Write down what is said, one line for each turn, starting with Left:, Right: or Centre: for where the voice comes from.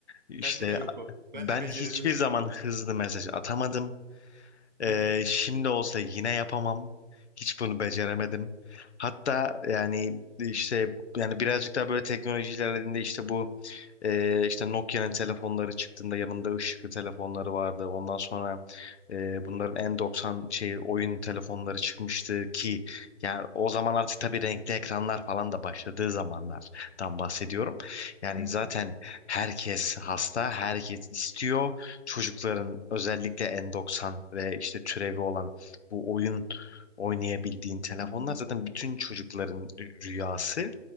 Left: İşte
Right: Bende de yok o. Ben
Left: ben
Right: de beceremiyorum.
Left: hiçbir zaman hızlı mesaj atamadım.
Right: Hı
Left: Ee,
Right: hı.
Left: şimdi olsa yine yapamam. Hiç bunu beceremedim. Hatta yani işte yani birazcık daha böyle teknoloji ilerlediğinde işte bu e, işte Nokia'nın telefonları çıktığında yanında ışıklı telefonları vardı. Ondan sonra e, bunların N90 şey oyun telefonları çıkmıştı ki yani o zaman artık tabii renkli ekranlar falan da başladığı zamanlardan bahsediyorum. Yani
Right: <laughs>
Left: zaten herkes hasta, herkes istiyor çocukların özellikle N90 ve işte türevi olan bu oyun oynayabildiğin telefonlar zaten bütün çocukların rü- rüyası.